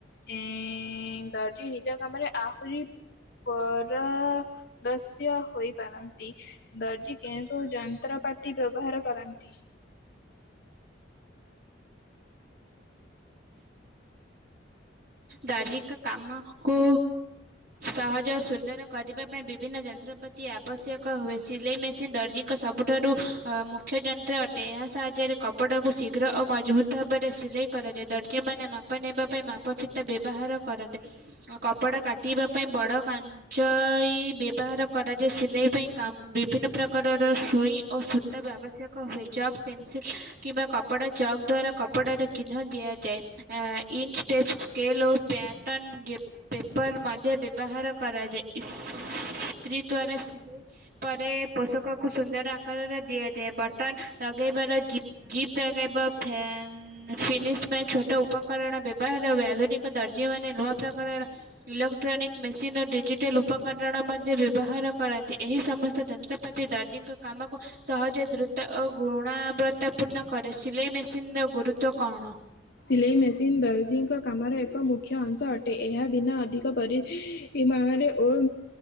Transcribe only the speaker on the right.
ହୁଁ। ଦାର୍ଜି ତ କାମକୁ ସହଜ ଓ ସୁନ୍ଦର କରିବା ପାଇଁ ବିଭିନ୍ନ ଯନ୍ତ୍ରପାତି ଆବଶ୍ୟକ ହୁଏ ସିଲେଇ ମେ ସିନ ଦର୍ଜଙ୍କ ସବୁଠାରୁ ଅ ମୁଖ୍ୟ ଯନ୍ତ୍ର ଅଟେ ଏହା ସାହାଯ୍ୟରେ କପଡ଼ାକୁ ଶୀଘ୍ର ଓ ମଜଭୁତ ଭାବରେ ସିଲେଇ କରାଯାଏ ଦର୍ଜିମାନେ ମାପ ନେବା ପାଇଁ ମାପ ଫି ତା ବ୍ୟବହାର କରନ୍ତେ ଓ କପଡ଼ା କାଟିବା ପାଇଁ ବଡ଼ କାନ୍ ଚ ବ୍ୟବହାର କରାଯାଏ ସିଲେଇ ପାଇଁ କାମ ବିଭିନ୍ନ ପ୍ରକାରର ସୁଇ ଓ ସୁତା ବି ଆବଶ୍ୟକ ହୁଏ ଚକ ପେନସିଲ୍ କିମ୍ବା କ କପଡ଼ା ଚକ୍ ଦ୍ଵାରା କପଡ଼ାରେ ଚିହ୍ନ ଦିଆଯାଏ ଆ ଇଞ୍ଚଟେପ୍ସ ସ୍କେଲ ଓ ପ୍ୟାଟର୍ନ୍ ଯେ ପେପର୍ ମଧ୍ୟ ବ୍ୟବହାର କରାଯାଏ ଈସ୍ ସ୍ତ୍ରୀ ଦ୍ଵାରା ସିଲେଇ ପରେ ପୋଷକକୁ ସୁନ୍ଦର ଆକାରରେ ଦିଆ ଦିଏ ବଟନ ଲଗେଇବାର ଜିପ୍ ଜିପ ଲଗେଇବ ଫ୍ୟାନ ଫିନିଶ ପାଇଁ ଛୋଟ ଉପକରଣ ବ୍ୟବହାର ହୁଏ ଆଧୁନିକ ଦର୍ଜିମାନେ ନୂଆ ପ୍ରକାରର ଇଲେକ୍ଟ୍ରୋନିକ୍ ମେସିନର ଡିଜିଟାଲ ଉପକରଣ ମଧ୍ୟ ବ୍ୟବହାର କରନ୍ତି ଏହି ସମସ୍ତ ଯନ୍ତ୍ରପାତି ଦର୍ଜିଙ୍କ କାମକୁ ସହଜ ଦ୍ରୁତ ଓ ଗୁଣାବ୍ରତ୍ତାପୂର୍ଣ୍ଣ କରେ ସିଲେଇ ମେସିନର ଗୁରୁତ୍ୱ କଣ?